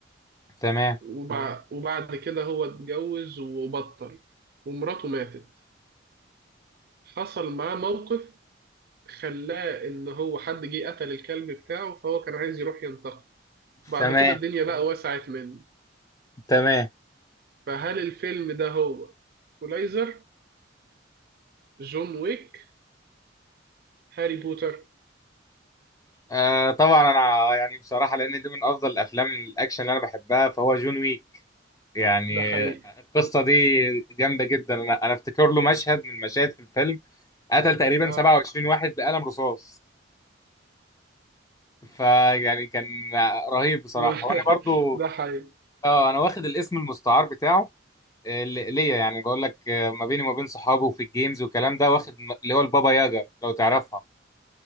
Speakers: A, on the left (about 15°); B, on the right (about 50°).
A: تمام
B: وبع- وبعد كده هو اتجوز وبطل ومراته ماتت حصل معاه موقف خلاه ان هو حد جه قتل الكلب بتاعه فهو كان عايز يروح ينتقم بعد
A: تمام
B: كده الدنيا بقى وسعت منه
A: تمام
B: فهل الفيلم ده هو كولايزر جون ويك هاري بوتر
A: آه طبعا أنا يعني بصراحة لأن دي من أفضل الأفلام الأكشن اللي أنا بحبها فهو جون ويك يعني
B: ده حقيقي
A: القصة دي جامدة جدا أنا أنا أفتكر له مشهد من المشاهد في الفيلم قتل تقريبا
B: اه
A: 27 واحد بقلم رصاص فيعني كان رهيب بصراحة
B: ما <laughs>
A: وأنا برضو
B: ده حقيقي
A: أه أنا واخد الاسم المستعار بتاعه آه، ل- ليا يعني بقول لك آه، ما بيني وما بين صحابه وفي الجيمز والكلام ده واخد م- اللي هو البابا ياجا لو تعرفها